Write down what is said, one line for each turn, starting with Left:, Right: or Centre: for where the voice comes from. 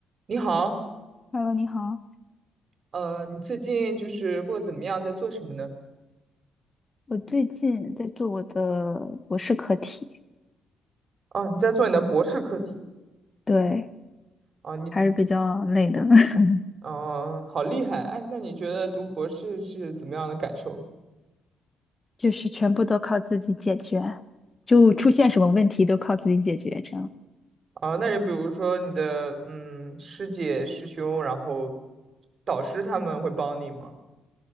Right: 你好，
Left: Hello，你好，
Right: 呃，你最近就是过得怎么样，在做什么呢？
Left: 我最近在做我的博士课题，
Right: 哦，你在做你的博士课题
Left: 对，
Right: 啊，你，
Left: 还是比较累的，<laughs>
Right: 哦，好厉害！哎，那你觉得读博士是怎么样的感受？
Left: 就是全部都靠自己解决，就出现什么问题都靠自己解决，这样。
Right: 啊，那你比如说你的嗯师姐师兄，然后导师他们会帮你吗？